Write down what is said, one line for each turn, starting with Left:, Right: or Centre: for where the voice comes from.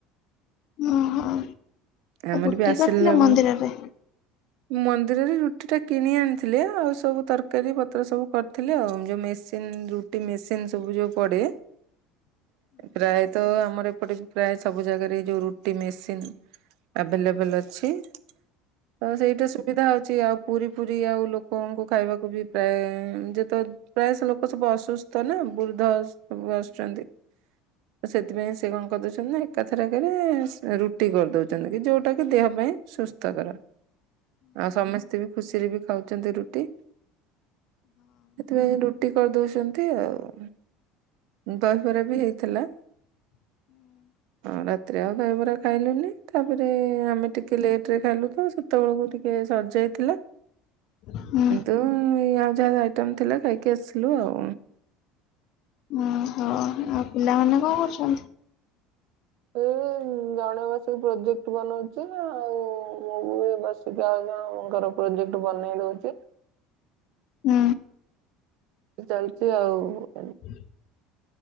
Left: ହଁ ହଁ। ତା
Right: ଆମର
Left: ରୁଟି
Right: ବି ଆସିଲା
Left: କରିଥିଲେ
Right: ବେଳୁ
Left: ମନ୍ଦିରରେ।
Right: ମନ୍ଦିରରେ ରୁଟି ଟା କିଣି ଆଣିଥିଲେି ଆଉ ସବୁ ତରକାରୀ ପତ୍ର ସବୁ କରିଥିଲେି ଆଉ ଯୋଉ ମେସିନ୍ ରୁଟି ମେସିନ ସବୁ ଯୋଉ ପଡ଼େ। ପ୍ରାୟତଃ ଆମର ଏପଟେ ପ୍ରାୟ ସବୁ ଜାଗାରେ ଯୋଉ ରୁଟି ମେସିନ ଆଭେଲେବଲ ଅଛି। ତ ସେଇଟା ସୁବିଧା ହଉଛି। ଅଛି ଆଉ ପୁରୀ ପୁରୀ ଆଉ ଲୋକଙ୍କୁ ଖାଇବାକୁ ବି ପ୍ରାୟ ଯେତ ପ୍ରାୟଶ ଲୋକ ସବୁ ଅସୁସ୍ଥ ନା ବୃଦ୍ଧ ସବୁ ଆସୁଛନ୍ତି। ତ ସେଥିପାଇଁ ସେ କଣ କରିଦଉଛନ୍ତି ନା ଏକାଥରକରେ ରୁଟି କରିଦଉ ଛନ୍ତି ଯୋଉଟା କି ଦେହ ପାଇଁ ସୁସ୍ଥକର। ଆଉ ସମସ୍ତ ବି ଖୁସିରେ ବି ଖାଉଛନ୍ତି ରୁଟି। ସେଥିପାଇ ରୁଟି କରିଦଉ। ଛନ୍ତି ଆଉ। ଦହିବରା ବି ହେଇଥିଲା ରା ରାତିରେ ଆଉ ଦହିବରା ଖାଇଲେନି। ତାପରେ ଆମେ ଟିକେ ଲେଟ ରେ ଖାଇଲୁ ତ ସେତେବେଳକୁ ଟିକେ ସରିଯାଇଥିଲା।
Left: ହଁ।
Right: କିନ୍ତୁ ଏଇ ଆଉ ଯାହା ଆଇଟମ୍ ଥିଲା ଖାଇକି ଆସିଲୁ ଆଉ।
Left: ଓହୋ ଆଉ ପିଲାମାନେ କଣ କରୁଛନ୍ତି?
Right: ଏ ଜଣେ ବସିକି ପ୍ରୋଜେକ୍ଟ ବନଉଛି ଆଉ ମୁଁ ବି ଏ ବସିକି ଆଉ ଜଣଙ୍କର ପ୍ରୋଜେକ୍ଟ ବନେଇ ଦଉଛି।
Left: ହୁଁ
Right: ଚାଲିଛି ଆଉ।
Left: <inaudible>